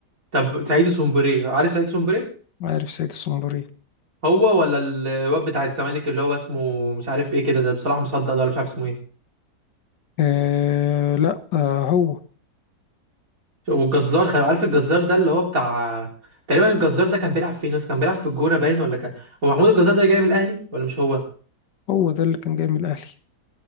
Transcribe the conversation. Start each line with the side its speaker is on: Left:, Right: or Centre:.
Right: طب سعيد سومبري عارف سعيد سومبري
Left: عارف سيد الصنبوري
Right: هو ولا الواد بتاع الزمالك اللي هو اسمه مش عارف ايه كده ده بصراحة مصدق ده ولا مش عارف اسمه ايه
Left: آه لا آه هو
Right: والجزار خ- عارف الجزار ده اللي هو بتاع تقريبا الجزار ده كان بيلعب فين ناس كان بيلعب في الجونة باين ولا كان هو محمود الجزار ده جاي من الاهلي ولا مش هو
Left: هو ده اللي كان جاي من الاهلي